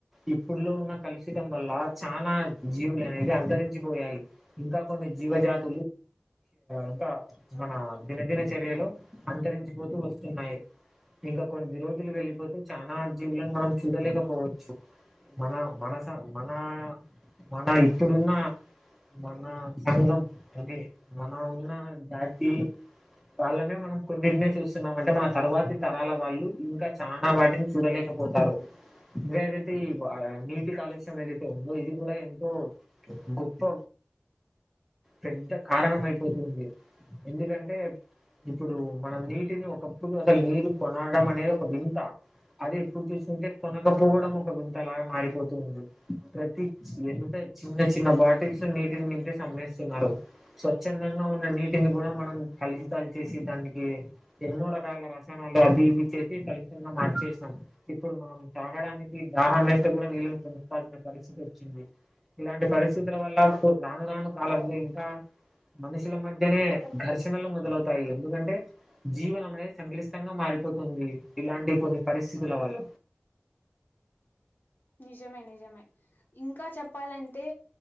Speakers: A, in the centre; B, on the left (about 55°).
A: ఇప్పుడులో ఉన్న కలుషితం వల్ల చానా జీవులు అనేవి అంతరించిపోయాయి ఇంకా కొన్ని జీవజాతి ఇంకా మన దినదిన చర్యలో అంతరించిపోతూ వస్తున్నాయి. ఇంకా కొద్ది రోజులు వెళ్ళిపోతే చానా జీవులను మనం చూడలేకపోవచ్చు మన మనస మన మన ఇప్పుడున్న మన సం అదే మన ఉన్న జాతి వాళ్ళనే మనం కొన్నింటినే చూస్తున్నాం అంటే మన తర్వాతి తరాల వాళ్ళు ఇంకా చానా వాటిని చూడలేక పోతారు ఇంకా ఏదైతే ఈ నీటి కాలుష్యం ఏదైతే ఉందో ఇది కూడా ఎంతో గొప్ప పెద్ద కారణం అయిపోతుంది ఎందుకంటే ఇప్పుడు మనం నీటిని ఒకప్పుడు అసలు నీరు కొనడం అనేది ఒక వింత అది ఇప్పుడు చూసుకుంటే కొనకపోవడం ఒక వింతలాగా మారిపోతూ ఉంది ప్రతి ఎంత చిన్న చిన్న బాటిల్స్ నీటిని నింపి సమ్ స్వందంగా ఉన్న నీటిని కూడా మనం కలుషితాలు చేసి దానికి ఎన్నో రకాల రసాయనాలు అవి ఇవి చేసి కలుషితంగా మార్చేస్తాం ఇప్పుడు మనం తగడానికి దాహము నీళ్నించల్సిన పరిస్థితి వచ్చింది ఇలాంటి పరిస్థితుల వల్ల రాను రాను కాలంలో ఇంకా మనుషుల మధ్యనే ఘర్షణలు మొదలవుతాయి ఎందుకంటే జీవనం అనేది సంక్లిష్టంగా మారిపోతుంది ఇలాంటి కొన్ని పరిస్థితుల వల్ల
B: నిజమే నిజమే. ఇంకా చెప్పాలంటే